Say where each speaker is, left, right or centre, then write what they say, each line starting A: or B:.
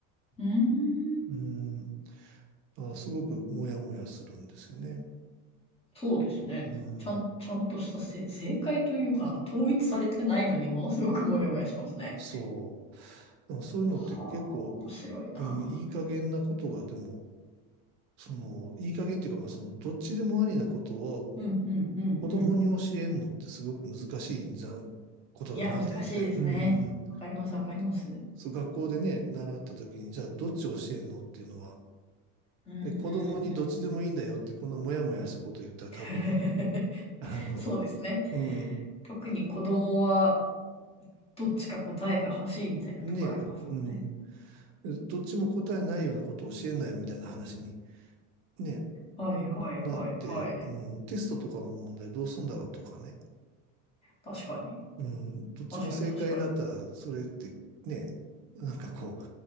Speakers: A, on the left (about 15°); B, on the right (about 60°).
A: ーん。
B: うん。あ、すごくモヤモヤするんですよね。
A: そうですね。
B: うん。
A: ちゃん、ちゃんとしたせ、正解というか、なんか統一されてないのにものすごくモヤモヤしますね。
B: そう。でもそういうのって結構、
A: はあ、面白いな。
B: うん、いい加減なことが、でも、その、いい加減っていうか、まあ、その、どっちでもありなことを
A: うん、うん、うん、
B: 子供に教えんのってすごく難しいんじゃ、
A: うん。
B: ことだなと思って、
A: いや、難しいですね。
B: うん、
A: わかります、わかります。
B: そう、学校でね、習った時に、じゃあ、どっち教えんのっていうのは、
A: うん、うん、
B: で、子供にどっちでもいいんだよって、
A: うん、うん。
B: このモヤモヤしたこと言ったら多分、
A: <laughs>
B: <laughs> あの、
A: そうですね。
B: うん、
A: 特に子供はどっちか答えが欲しいみたいなところありますもんね。
B: ね、うん、どっちも答えないようなことを教えんなよみたいな話に、ね、
A: はい、はい、
B: なって、
A: はい、はい。
B: うん、テストとかの問題どうすんだろうとかね。
A: 確かに。
B: うん、どっちも正解だったら、
A: 確かに、確かに。
B: それってね、なんかこう、